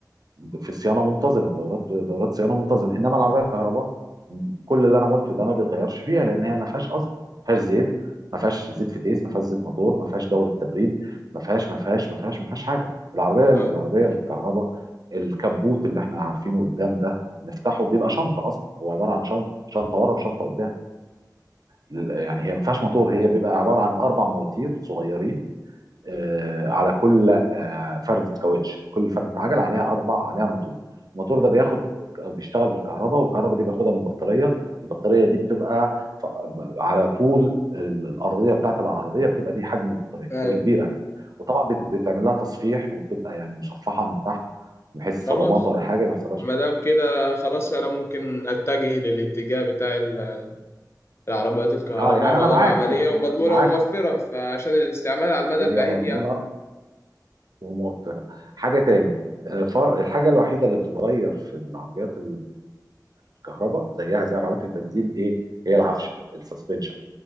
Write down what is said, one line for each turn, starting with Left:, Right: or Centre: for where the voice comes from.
Right: في صيانه منتظمه دورات دورات صيانه منتظمه انما العربيه الكهرباء كل اللي انا قلته ده ما بيتغيرش فيها لان هي ما فيهاش اصلا ما فيهاش زيت ما فيهاش زيت فتيس ما فيهاش زيت موتور ما فيهاش دوره تبريد ما فيهاش ما فيهاش ما فيهاش ما فيهاش حاجه العربيه العربيه
Left: اه اه
Right: الكهرباء الكبوت اللي احنا عارفينه قدام ده نفتحه بيبقى شنطه اصلا هو عباره عن شنطه شنطه ورا وشنطه قدام لل- يعني هي ما فيهاش موتور هي بيبقى عباره عن اربع مواتير صغيرين آه، على كل آه، فردة كاوتش كل فردة عجل عليها اربع عليها موتور الموتور ده بياخد بيشتغل بالكهرباء والكهرباء دي بياخدها من بطارية البطارية دي بتبقى ف- على طول ال- الأرضية بتاعت العربية بتبقى دي حجم البطارية
Left: ايوه
Right: بتبقى كبيرة قوي وطبعا بت- بتعمل لها تصفيح وبتبقى يعني مصفحة من تحت بحيث
Left: خلاص
Right: صدمات ولا حاجة ما يحصلهاش
Left: ما دام كده خلاص انا ممكن اتجه للاتجاه بتاع ال- العربيات الكهرباء
Right: اه يعني
Left: ما
Right: انا
Left: دام
Right: معاك
Left: عمليه ومضمونه
Right: معاك
Left: وموفره فعشان الاستعمال على المدى
Right: هي
Left: البعيد
Right: مضمونه
Left: يعني
Right: وموفره حاجه تاني آه، ف- الحاجه الوحيده اللي بتتغير في العربيات الكهرباء زيها زي عربيات البنزين ايه هي العفشه السسبنشن